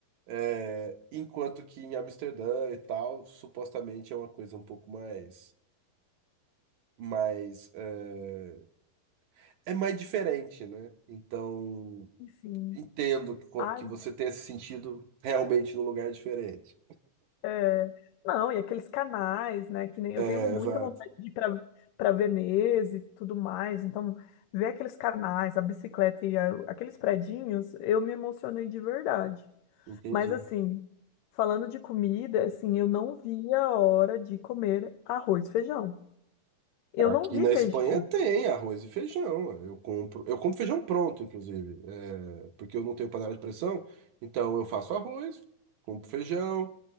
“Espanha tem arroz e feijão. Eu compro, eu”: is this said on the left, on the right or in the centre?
Right